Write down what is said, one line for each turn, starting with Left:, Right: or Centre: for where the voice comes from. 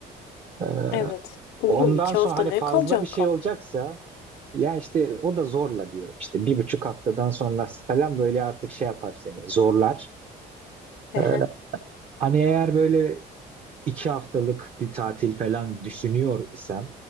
Right: Ee,
Left: Evet. Oğlum
Right: Ondan
Left: iki
Right: sonra
Left: hafta
Right: hani
Left: ne
Right: fazla
Left: kalacaksın
Right: bir şey
Left: kampta?
Right: olacaksa ya işte o da zorla diyorum. İşte bir buçuk haftadan sonrası falan böyle artık şey yapar seni zorlar.
Left: Hı
Right: Ee,
Left: hı.
Right: hani eğer böyle iki haftalık bir tatil falan düşünüyor isem